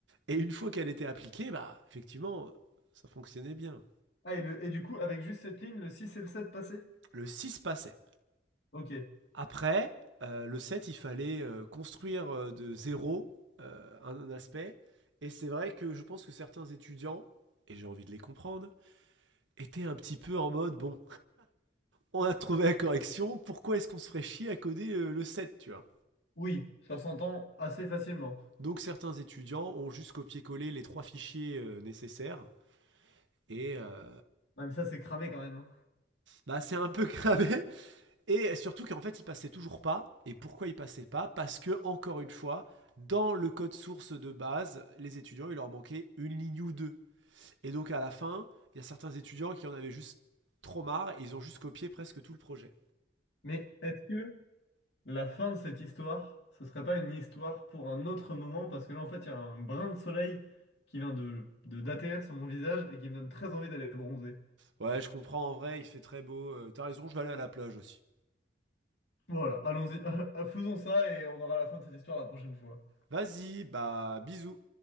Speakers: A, on the right; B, on the left.
A: Et une fois qu'elle était appliquée, bah, effectivement, ça fonctionnait bien.
B: Ah, et, le- et du coup, avec juste cette ligne, le 6 et le 7 passaient?
A: Le 6 passait.
B: Ok.
A: Après, euh, le set, il fallait euh, construire euh, de zéro euh, un, un aspect. Et c'est vrai que je pense que certains étudiants, et j'ai envie de les comprendre, étaient un petit peu en mode, bon, on a trouvé la correction, pourquoi est-ce qu'on se ferait chier à coder euh, le set, tu vois
B: Oui, ça s'entend assez facilement.
A: Donc certains étudiants ont juste copié-collé les trois fichiers euh, nécessaires. Et euh,
B: Ah, mais ça, c'est cramé quand même. hein.
A: bah, c'est un peu <laughs> cramé, Et surtout qu'en fait, il passait toujours pas. Et pourquoi il passait pas Parce que, encore une fois, dans le code source de base, les étudiants, il leur manquait une ligne ou deux. Et donc, à la fin, il y a certains étudiants qui en avaient juste trop marre et ils ont juste copié presque tout le projet.
B: Mais est-ce que la fin de cette histoire, ce serait pas une histoire pour un autre moment? Parce que là, en fait, il y a un brin de soleil qui vient de, de- d'atterrir sur mon visage et qui me donne très envie d'aller bronzer.
A: Ouais, je comprends en vrai, il fait très beau. euh, T'as raison, je vais aller à la plage aussi.
B: Voilà, allons-y. <laughs> Faisons ça et on aura la fin de cette histoire la prochaine fois.
A: Vas-y, bah, bisous.